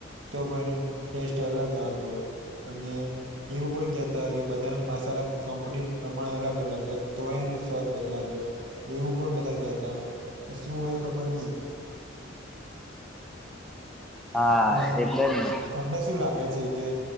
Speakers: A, on the right; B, in the centre.
A: તો પણ એનું ટેસ્ટ અલગ આવતો હોય અને એવું પણ કેહતા હોય કે બધાના મસાલા કંપની પ્રમાણે અલગ અલગ હોય તોય એનો સ્વાદ બદલાતો એવું પણ બધા કેતા હોય શું હોય ખબર નય
B: હા
A: અને
B: એટલે જ ને
A: તમને શું લાગે છે કે